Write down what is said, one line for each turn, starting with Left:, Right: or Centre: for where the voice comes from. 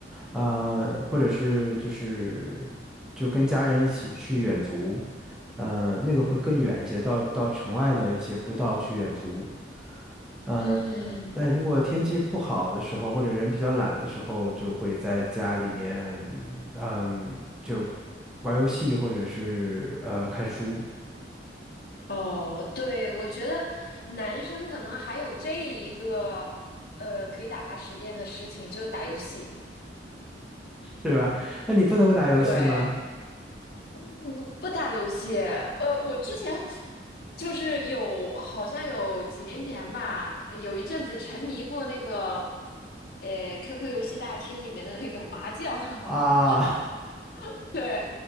Centre: 呃，或者是就是就跟家人一起去远足，呃，那个会更远一些，到到城外的一些步道去远足。嗯，
Left: 嗯。
Centre: 那如果天气不好的时候，或者人比较懒的时候，就会在家里面，嗯，就玩游戏或者是呃看书，
Left: 哦，对，我觉得男生可能还有这一个呃可以打发时间的事情，就是打游戏。
Centre: 是吧？那你不怎么打游戏吗？
Left: 对，嗯，不打游戏。呃，我之前就是有，好像有几年前吧，有一阵子沉迷过那个呃 QQ 游戏大厅里面的那个麻将。<laughs>
Centre: 啊，<laughs>
Left: <laughs> 对，